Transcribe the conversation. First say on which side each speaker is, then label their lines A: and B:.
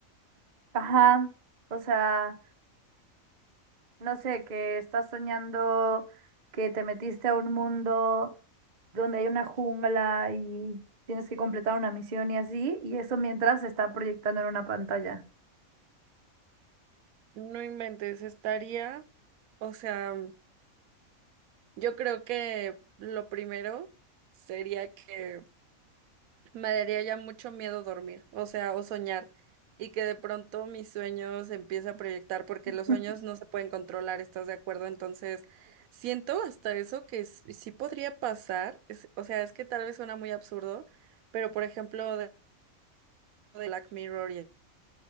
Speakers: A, on the right; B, on the right.
A: Ajá, o sea... No sé, que estás soñando que te metiste a un mundo donde hay una jungla y tienes que completar una misión y así, y eso mientras se está proyectando en una pantalla.
B: no inventes, estaría, o sea, yo creo que lo primero sería que me daría ya mucho miedo dormir, o sea, o soñar, y que de pronto mis sueños se empiece a proyectar, porque
A: <laughs>
B: los sueños no se pueden controlar, ¿estás de acuerdo? Entonces, siento hasta eso que s- sí podría pasar, es- o sea, es que tal vez suena muy absurdo, pero por ejemplo, de de Black Mirror y